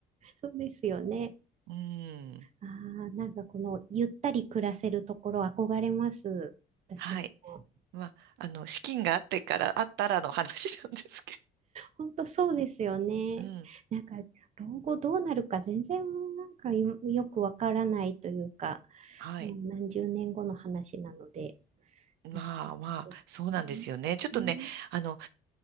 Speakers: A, on the right; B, on the right.
A: そうですよね。
B: うん、
A: ああ、なんかこのゆったり暮らせるところ憧れます。私も。
B: はい。まあ、あの、資金があってから、あったらの話なんですけど、
A: 本当そうですよね。
B: うん、
A: なんか老後どうなるか全然なんかいよくわからないというか、
B: はい。
A: もう何十年後の話なので
B: まあまあ、
A: 難しいですね。
B: そうなんですよね。
A: ね。
B: ちょっとね、
A: うん。
B: あの、